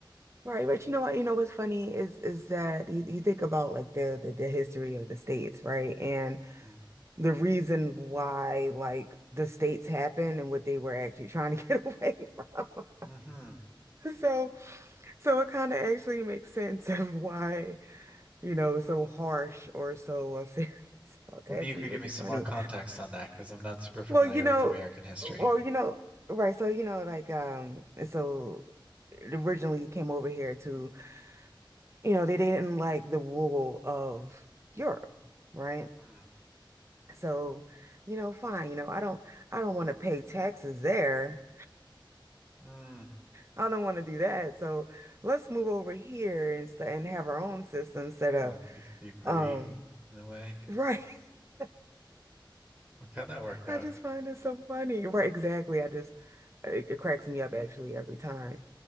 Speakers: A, on the right; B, on the right.
A: right. But you know what? You know what's funny is is that you, you think about like the, the the history of the states, right? And
B: Mm,
A: the reason why like the states happened and what they were actually trying to <laughs> get away from. <laughs>
B: Mm-hmm.
A: So so it kind of actually makes sense of why, you know, it's so harsh or so uh, serious <laughs> about taxes,
B: Maybe you could
A: which
B: give me
A: is
B: some
A: funny.
B: more context on that because I'm not super familiar
A: Well, you know,
B: with American history.
A: well, you know, right, so you know, like um so originally came over here to, you know, they didn't like the rule of Europe, right?
B: Mm.
A: So, you know, fine, you know, I don't I don't want to pay taxes there.
B: Mm.
A: I don't want to do that. So let's move over here and st and have our own system set up.
B: Kind of be, be free
A: Um,
B: in a way.
A: right. <laughs>
B: Look how that worked out.
A: I just find it so funny. Right, exactly. I just it, it cracks me up actually every time.